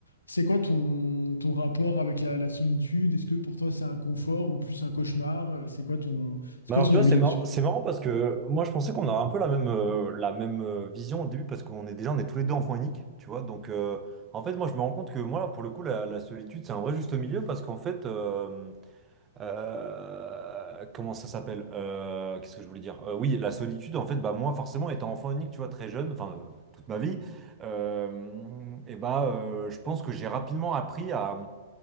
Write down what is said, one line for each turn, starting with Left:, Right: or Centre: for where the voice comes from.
Left: c'est quoi ton, ton rapport avec la, la solitude? Est-ce que pour toi, c'est un confort ou plus un cauchemar? Euh, C'est quoi ton, c'est
Right: Mais
Left: quoi
Right: alors,
Left: ton
Right: tu
Left: avis
Right: vois, c'est
Left: là-dessus?
Right: marrant, c'est marrant parce que moi, je pensais qu'on a un peu la même, euh, la même euh, vision au début parce qu'on est déjà, on est tous les deux enfants uniques, tu vois. Donc, euh, en fait, moi, je me rends compte que moi, là, pour le coup, la, la solitude, c'est un vrai juste milieu parce qu'en fait, euh, euh, comment ça s'appelle? Euh, qu'est-ce que je voulais dire? Euh, oui, la solitude, en fait, bah, moi, forcément, étant enfant unique, tu vois, très jeune, enfin, euh, toute ma vie, euh, et bah, euh, je pense que j'ai rapidement appris à.